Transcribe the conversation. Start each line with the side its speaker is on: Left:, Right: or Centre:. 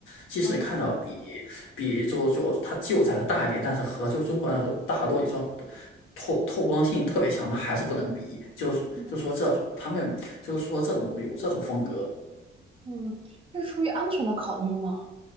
Left: 即使看到比
Right: 哦，
Left: 比就就它旧宅的大一点，但是和就中国那种大落地窗。透透光性特别强，它还是不能比，就是就说这种他们就是说这种有这种风格，
Right: 嗯嗯，是出于安全的考虑吗？